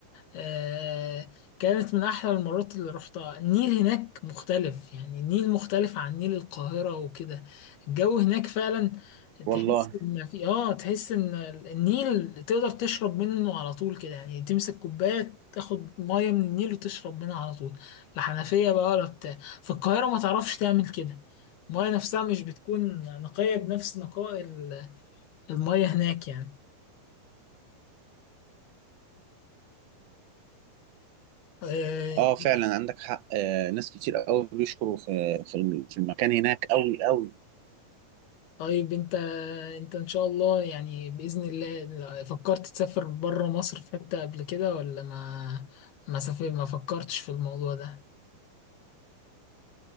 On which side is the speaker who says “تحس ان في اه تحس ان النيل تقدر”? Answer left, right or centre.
Left